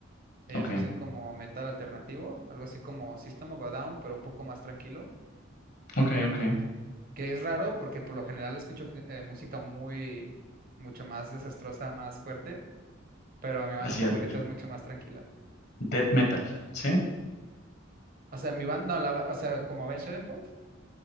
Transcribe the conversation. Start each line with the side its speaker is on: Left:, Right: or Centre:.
Right: Ellos
Left: Ok,
Right: hacen como metal alternativo, algo así como System of a Down, pero un poco más tranquilo,
Left: ok, ok.
Right: que es raro porque por lo general escucho eh, música muy, mucho más desastrosa, más fuerte, pero mi banda
Left: Hacia
Right: favorita
Left: el
Right: es mucho más tranquila.
Left: death metal, ¿sí?
Right: O sea, mi banda, no, la, ba- o sea, como Avenged Sevenfold.